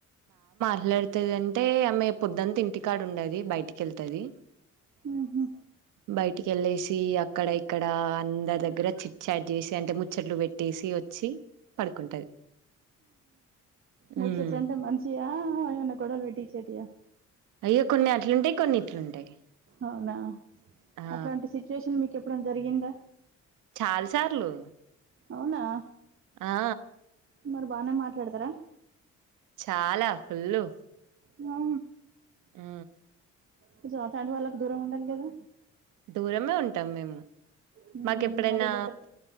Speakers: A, on the right; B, on the right.
A: అట్లాడుతుంది అంటే ఆమె పొదుంత ఇంటికాడు ఉండది బయటికి వెళ్తుది
B: ఊహూ
A: బయటికి వెళ్ళేసి అక్కడ ఇక్కడ అందరి దగ్గర చిట్చాట్ చేసి అంటే ముచ్చట్లు పెట్టేసి వచ్చి పడుకుంటది
B: ముచ్చట్ల
A: ఉమ్
B: అంటే మంచియా ఏమన్నా గొడవలు పెట్టి చెటియా
A: అయ్యా కొన్ని అట్లుంటాయి కొన్ని ఇట్లుంటాయి
B: అవునా
A: ఆ
B: అట్లాంటి సిచ్యువేషన్ మీకు ఎప్పు ఇప్పుడం జరిగిందా
A: కాల్సార్లు
B: అవునా
A: ఆ
B: మరి బాగానే మాట్లాడతారా
A: చాలా ఫుల్లు
B: వా
A: ఆ
B: కొంచం అట్లాంటి వాళ్ళకు దూరం ఉండాలి కదా
A: దూరమే ఉంటాం మేము
B: హ్మ్
A: మాకు ఎప్పుడైనా
B: అదే బెటర్